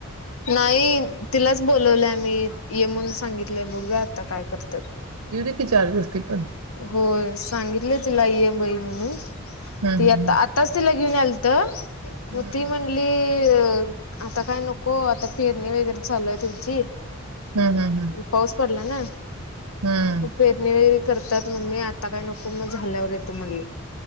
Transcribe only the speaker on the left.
नाही तिलाच बोोलवले आम्ही येमून सांगितले बघा आता काय करत
होय सांगितले तिला येम बाई म्हणून
ती आता आताच तिला घेऊन यालत तर
मग ती म्हणली ते आता काय नको आता पेरणी वगैरे चालू आहे त्यांची...
पाऊस पडला ना.... <inaudible> <unintelligible>
करतात मगमी आता काय नको मग झाल्यावर येतो म्हणले